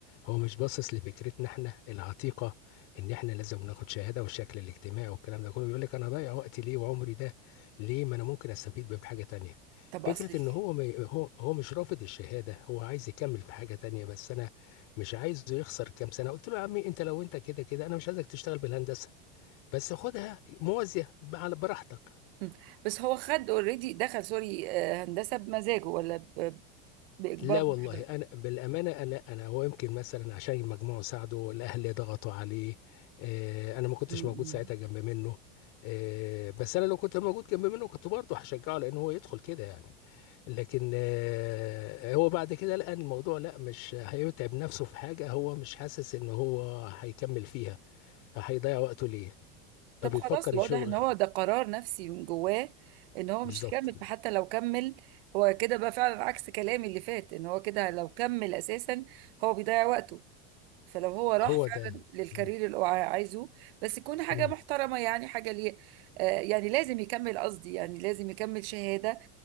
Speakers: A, on the left (about 55°); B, on the right (about 70°).
A: هو مش باصص لفكرتنا احنا العتيقه ان احنا لازم ناخد شهاده والشكل الاجتماعي والكلام ده كله بيقول لك انا ضايع وقتي ليه وعمري ده ليه ما انا ممكن استفيد بيه في حاجه تانية
B: طب
A: فكره
B: اصلي
A: ان هو ما ي- هو هو مش رافض الشهاده هو عايز يكمل في حاجه تانية بس انا مش عايزه يخسر كام سنه قلت له يا عمي انت لو انت كده كده انا مش عايزك تشتغل بالهندسه بس خدها موازيه على براحتك
B: مم. بس هو خد اوريدي دخل سوري آه، هندسة بمزاجه ولا ب- بإجبار
A: لا والله
B: محاضرة
A: انا بالامانه انا انا هو يمكن مثلا عشان المجموع ساعده والاهل ضغطوا عليه آه، انا ما كنتش
B: مم.
A: موجود ساعتها جنب منه آه، بس انا لو كنت موجود جنب منه كنت برضه هشجعه لان هو يدخل كده يعني لكن آه، هو بعد كده لقى إن الموضوع لا مش هيتعب نفسه في حاجه هو مش حاسس ان هو هيكمل فيها فهيضيع وقته ليه فبيفكر
B: طب خلاص واضح
A: يشغل
B: ان هو ده قرار نفسي من جواه ان هو
A: بالظبط
B: مش هيكمل فحتى لو كمل هو كده بقى فعلا عكس كلامي اللي فات ان هو كده لو كمل اساسا هو بيضيع وقته فلو هو راح
A: هو
B: فعلا
A: ده
B: للكارير
A: مم.
B: اللي هو عايزه بس يكون حاجة
A: مم.
B: محترمة يعني حاجة ليه آه، يعني لازم يكمل قصدي يعني لازم يكمل شهادة